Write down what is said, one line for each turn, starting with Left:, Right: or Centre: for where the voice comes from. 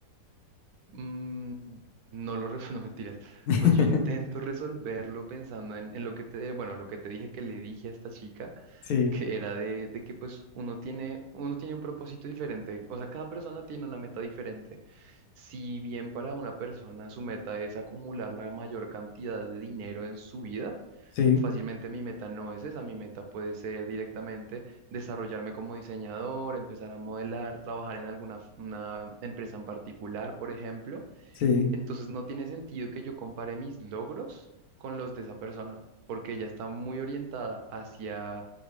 Right: Mm, no lo resuelvo, <laughs> mentiras.
Left: <laughs>
Right: Pues yo intento resolverlo pensando en, en lo que te, bueno, en lo que te dije que le dije a esta chica,
Left: Sí,
Right: que era de, de que pues uno tiene, uno tiene un propósito diferente, o sea, cada persona tiene una meta diferente. Si bien para una persona su meta es acumular la mayor cantidad de dinero en su vida,
Left: sí,
Right: fácilmente mi meta no es esa, mi meta puede ser directamente desarrollarme como diseñador, empezar a modelar, trabajar en alguna f- una empresa en particular, por ejemplo
Left: sí,
Right: entonces no tiene sentido que yo compare mis logros con los de esa persona, porque ella está muy orientada hacia,